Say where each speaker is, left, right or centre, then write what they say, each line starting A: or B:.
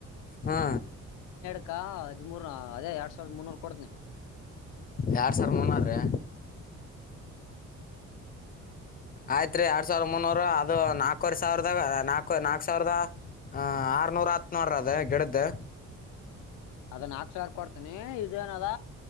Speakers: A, on the left; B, on the left.
A: ಹಾ
B: ಕ್ಕಾ ಹದಿಮೂರ ಅದೇ ಎರಡ್ಸಾವಿರದ ಮುನ್ನೂರ್ ಕೊಡತಿನ್
A: ಎರಡ್ ಸಾವಿರ ಮೂನ್ನೂರಿ ಆಯ್ತ್ ರಿ ಎರಡ್ ಸಾವಿರ ಮುನ್ನೂರ್ ಅದು ನಾಲ್ಕವರೆ ಸಾವರದಾಗ ನಾಕು ನಾಕು ಸಾವರದ ಹಾ ಆರ್ನೂರ್ ಹತ್ ನೋಡ್ರಿ ಅದೇ ಗಿಡದ್ದು
B: ಅದ ನಾಕ್ ಸಾವಿರ ಕೊಡ್ತೀನಿ ಇದೇನ ಅದ